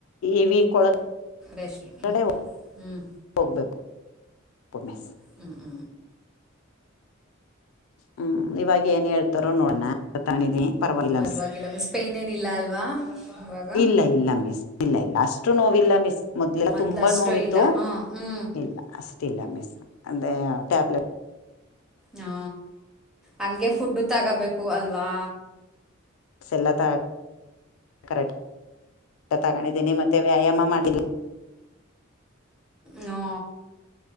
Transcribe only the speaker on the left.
ಇವಿ ಕೊಳಗಳಗಡೆ
ಹೋಗ್ಬೇಕು ಒಮೆ
ಹೂ ಇವಾಗ ಏನ್ ಹೇಳು ತರೋ ನೋಡಣ ತಿದಿ ಪರ್ವಾಗಿಲ್ಲ
ಮಿಸ್
ಇಲ್ಲ ಇಲ್ಲ ಮಿಸ್ ಅಷ್ಟು ನೋವಲ್ಲ ಮಿಸ್ ಮೊದ್ಲೆಲ್ಲ
ತುಂಬಾ ನೋವಿತ್ತು
ಇಲ್ಲ ಅಷ್ಟಲ್ಲ ಮಿಸ್ ಅೇ ಟ್ಯಾಬ್ಲೆಟ್
ಸ ಎಲ್ಲ ತ ಕರಾಟಿ ತಗೊಂಡಿದ್ದೀನಿ ಮತ್ತೆ ವ್ಯಾಯಾಮ ಮಾಡಿಲ್ಲ